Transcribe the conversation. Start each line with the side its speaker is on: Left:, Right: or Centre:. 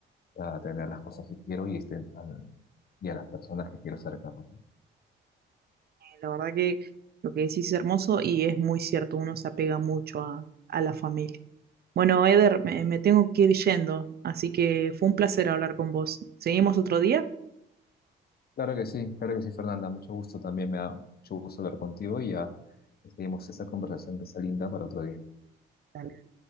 Left: para tener las cosas que quiero y, este, al- y a las personas que quiero cerca, ¿no?
Right: La verdad que lo que decís es hermoso y es muy cierto, uno se apega mucho a, a la familia. Bueno, Eder, me, me tengo que ir yendo, así que fue un placer hablar con vos. ¿Seguimos otro día?
Left: Claro que sí, claro que sí, Fernanda. Mucho gusto también, me da mucho gusto hablar contigo y ya seguimos esta conversación que está linda para otro día.
Right: Dale.